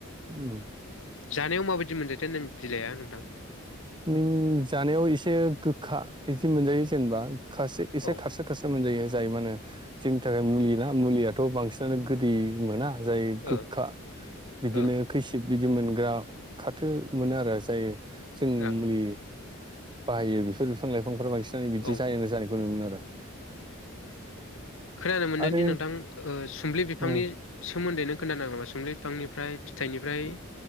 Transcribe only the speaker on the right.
उम
निम जानायाव एसे गोखा इदि मोनजो जेनेबा खासे एसे
खारसो खारसो मोनजायो। जायो मा होनो जोंनि थाखाय मुलि ना मुलियाथ' बांसिनानो गोदै मोना। जाय गोखा
बिदिनो
खैसिब बिदि मोनग्रा खा थो मोनो आरो जाय जों
मुलि बाहायो। बेफोर फां लाइफांफोरा बांसिनानो बिदि
जायोमो जानायखौ नुनो मोनो आरो।
आरो
आरो